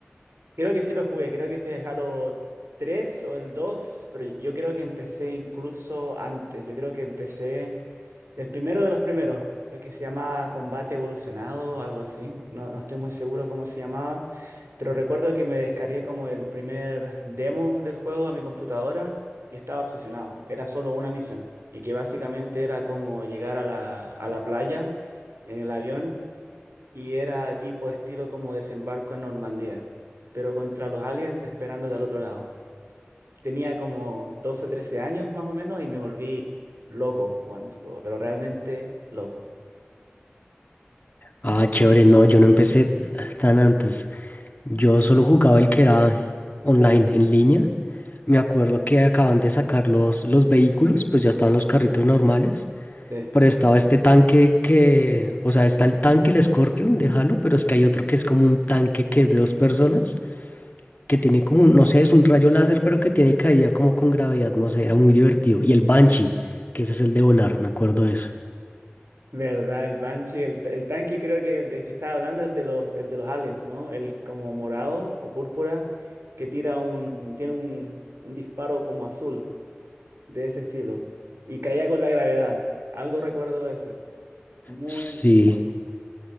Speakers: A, on the right; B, on the left.
A: Creo que sí lo jugué, creo que ese es el Halo 3 o el 2, pero yo creo que empecé incluso antes, yo creo que empecé el primero de los primeros, eh, que se llama Combate Evolucionado, algo así, no, no estoy muy seguro cómo se llamaba, pero recuerdo que me descargué como el primer demo del juego a mi computadora y estaba obsesionado, era solo una misión y que básicamente era como llegar a la, a la playa en el avión y era tipo estilo como desembarco en Normandía, pero contra los aliens esperando del otro lado. Tenía como 12 13 años más o menos y me volví loco jugando ese juego, pero realmente loco.
B: Ah, chévere. No, yo no empecé tan antes. Yo solo jugaba el que era online, en línea Me acuerdo que acaban de sacar los, los vehículos, pues ya estaban los carritos normales,
A: De
B: pero estaba este tanque que, o sea, está el tanque, el Scorpion de Halo, pero es que hay otro que es como un tanque que es de dos personas, que tiene como, un- no sé, es un rayo láser, pero que tiene caída como con gravedad, no sé, era muy divertido. Y el Banshee, que ese es el de volar, me acuerdo de eso.
A: verdad, el Banshee, el, el tanque creo que el de que estaba hablando, el de los, el de los aliens, ¿no? El como morado o púrpura que tira un, tiene un, un disparo como azul de ese estilo y caía con la gravedad. Algo recuerdo de ese. Muy,
B: Sí.
A: muy